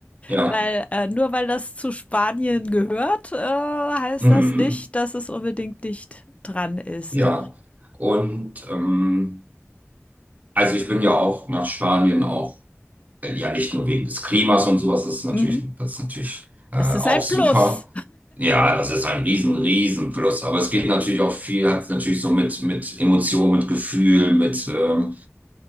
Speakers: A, on the right; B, on the left.
A: Ja.
B: Weil äh, nur weil das zu Spanien gehört, äh, heißt
A: Hm,
B: das nicht, dass es unbedingt dicht dran ist.
A: ja. Und ähm, Also ich bin ja auch nach Spanien auch, äh, ja nicht nur wegen des Klimas und sowas, das ist natürlich,
B: Mhm.
A: das ist natürlich äh,
B: Das ist
A: auch
B: ein
A: super.
B: Plus.
A: Ja, das ist ein riesen, riesen Plus. Aber es geht natürlich auch viel, hat natürlich so mit, mit Emotionen, mit Gefühl, mit ähm,